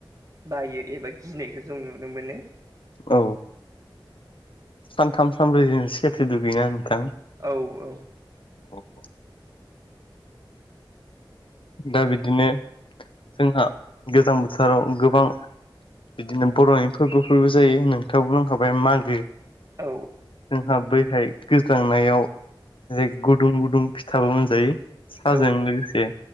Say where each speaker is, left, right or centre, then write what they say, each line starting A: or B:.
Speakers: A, on the right; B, on the left.
A: बायो एबा गिनायखौ जों नुनो मोनो।
B: औ सानथाम सानब्रैजों खेबसे दुगैयो ना नोंथां?
A: औ औ।
B: औ औ। दा बिदिनो जोंहा गोजां बोथोराव गोबां बिदिनो बर'नि फोरबोफोरबो जायो नोंथाङा बुं बुंखाबाय मागो। जोंहा
A: औ
B: बैहाय गोज्रांनायाव जै गुदुं गुदुं फिथाबो मोनजायो। साहाजों
A: औ नंगौ
B: लोगोसे